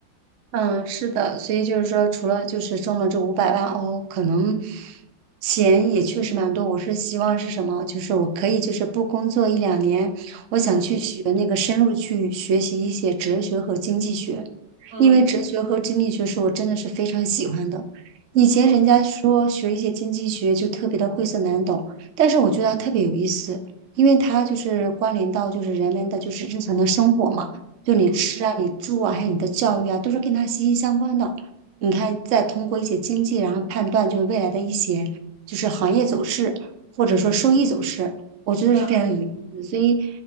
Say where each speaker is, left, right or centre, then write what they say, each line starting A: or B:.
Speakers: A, on the right; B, on the right.
A: 嗯，是的，所以就是说，除了就是中了这五百万哦，可能钱也确实蛮多。我是希望是什么？就是我可以就是不工作一两年，我想去学那个深入去学习一些哲学和经济学，
B: 嗯嗯
A: 因为哲学和经济学是我真的是非常喜欢的。以前人家说学一些经济学就特别的晦涩难懂，
B: 嗯
A: 但是我觉得它特别有意思，因为它就是关联到就是人们的就是日常的生活嘛。就你吃啊、
B: 嗯
A: 你住啊，还有你的教育啊，都是跟它息息相关的。你看，再通过一些经济，然后判断就是未来的一些就是行业走势，或者说收益走势，我觉得是非常有意思。
B: 嗯，
A: 所以，